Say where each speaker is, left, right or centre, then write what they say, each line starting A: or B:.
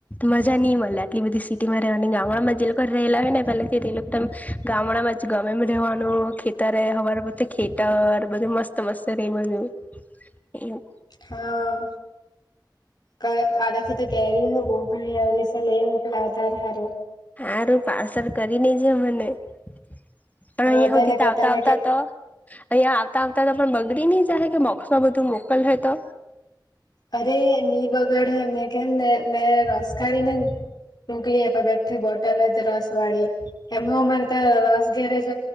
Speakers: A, on the left (about 20°); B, on the left (about 60°).
A: મજા નહી મળે આટલી બધી સિટીમાં રહેવાની ગામડામાં જે લોકો રહેલા હોય ને પેલા ગામડામાં જ ગમે રહેવાનુ ખે ખેતા ર હવા બધી ખેતર બધું મસ્ત મસ્ત ર બધું <inaudible>
B: હા ક આદાખી તો કેરી હો બોવ પણણી આવે સલા એ મુકદ આવતાાર હારુ.
A: હારું પાર્સલ કરીનેજ મને. પણ
B: હા
A: અહિયાયા હ
B: તેને
A: જીતે
B: કરતા
A: આવતા
B: મેં
A: આવતા
B: કે
A: તો અહિયાં આવતા આવતા તો બગડી ન જહે કે મોક્ષમાં બધું મોકલ હો તો.
B: અરે ની બગાડ મેં કેલ ને મેં રસ કાઢીને મોકલી આપ બે. એઠ બોટલ છે રસ વાળી. એમ હ માર ત રસ ગેરેજ